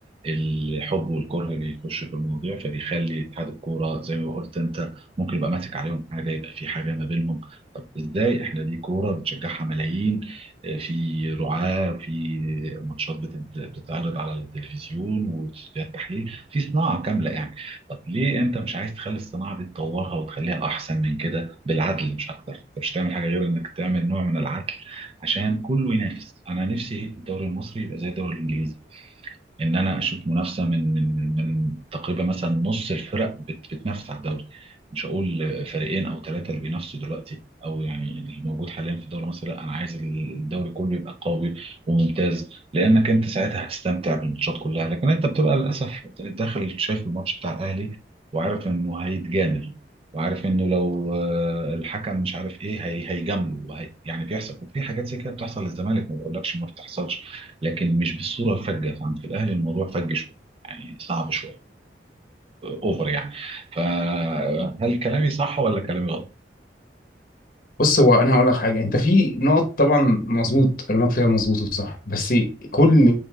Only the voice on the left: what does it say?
بص هو انا هقول لك حاجه انت في نقط طبعا مظبوط كلامك فيها مظبوط وصح بس كل